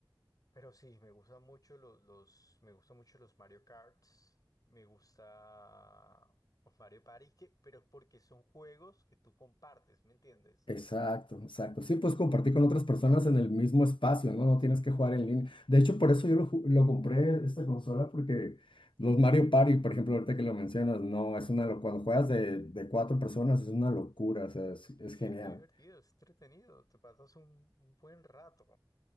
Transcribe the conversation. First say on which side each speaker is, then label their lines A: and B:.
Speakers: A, on the left; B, on the left.
A: Pero sí, me gustan mucho los, los, me gustan mucho los Mario Karts, me gusta los Mario Party, que, pero porque son juegos que tú compartes, ¿me entiendes?
B: Exacto, exacto. Sí, pues compartir con otras personas en el mismo espacio,
A: Mm,
B: ¿no? No
A: Sí,
B: tienes que jugar en línea. De hecho, por eso yo lo, ju- lo compré esta consola, porque los Mario Party, por ejemplo, ahorita que lo mencionas, no, es una locura. Cuando juegas de, de cuatro personas es una locura, o sea, es
A: sí,
B: es genial.
A: es divertido, es entretenido, te pasas un, un buen rato,